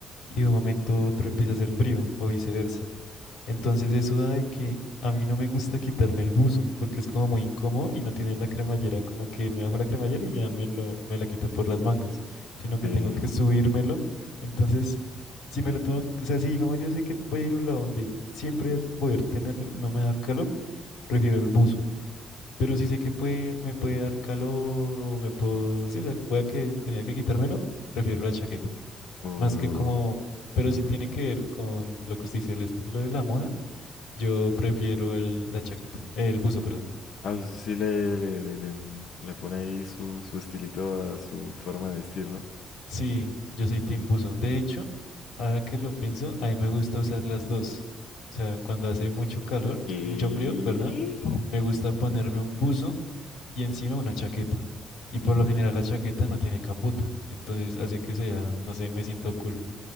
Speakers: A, on the left; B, on the left.
A: y de un momento a otro empiece a hacer frío o viceversa. Entonces eso da de que a mí no me gusta quitarme el buzo porque es como muy incómodo y no tiene la cremallera, como que me bajo la cremallera y ya me lo, me la quito por las mangas, sino que
B: Eh,
A: tengo que subírmelo. Entonces, si me lo tengo, o sea, si digamos yo sé que voy a ir a un lado donde siempre voy a poder tenerlo, no me va a dar calor, prefiero el buzo. Pero si sé que puede, me puede dar calor o me puedo... Sí, o sea, voy a que tenía que quitármelo, prefiero la chaqueta.
B: o-
A: Más que como... Pero si tiene que ver con lo que usted dice, el estilo de la moda, yo prefiero el, la chaqueta, el buzo, perdón.
B: ah, usted sí le, le, le, le- le pone ahí su, su estilito a su forma de vestir, ¿no?
A: Sí, yo soy Team Buzo. De hecho, ahora que lo pienso, a mí me gusta usar las dos. O sea, cuando hace mucho calor,
B: ¿Qué?
A: mucho frío, perdón, me gusta ponerme un buzo y encima una chaqueta. Y
B: Uy,
A: por lo
B: n-
A: general la chaqueta no tiene capota, entonces hace que sea, no sé, me siento cool.